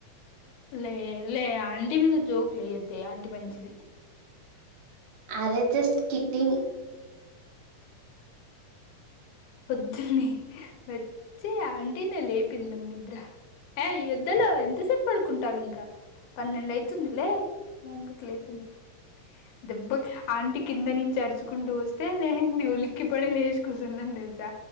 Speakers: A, on the left; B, on the right.
A: లే లే అ అంటీ మీద జోక్లు ఎయద్దే అంటీ మంచిది
B: అరే జస్ట్ కిడ్డింగ్
A: పొద్దుని వచ్చి ఆంటీ నే లేపింనను నిద్ర ఏ ఎద్దులో ఎంతసేపు పడుకుంటావు ఇంకా పన్నెండు అయితుందిలే నే లేపింది దెబ్బ ఆంటీ కింద నుంచి అరుచుకుంటూ వస్తే నేను ఒ లీకి పడి లేష్ కుసు జున్ననీ తెలుసా